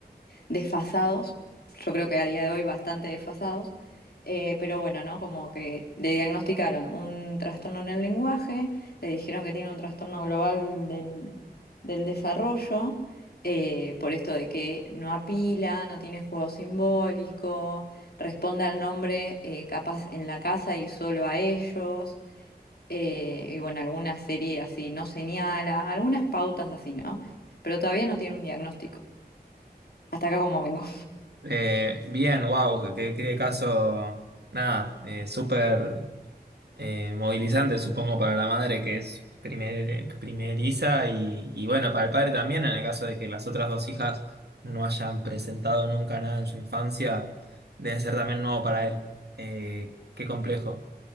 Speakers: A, on the left; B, on the right.
A: desfasados, yo creo que a día de hoy bastante desfasados, eh, pero bueno, ¿no? Como que le diagnosticaron un trastorno en el lenguaje, le dijeron que tiene un trastorno global del, del desarrollo, eh, por esto de que no apila, no tiene juego simbólico, responde al nombre eh, capaz en la casa y solo a ellos. eh, y bueno, alguna serie así no señala, algunas pautas así, ¿no? Pero todavía no tiene un diagnóstico. Hasta acá como vengo.
B: Eh, bien, wow, qué, qué caso, nada, eh, súper eh, movilizante supongo para la madre que es primer- primeriza y, y bueno, para el padre también, en el caso de que las otras dos hijas no hayan presentado nunca nada en su infancia, debe ser también nuevo para él. Eh, qué complejo.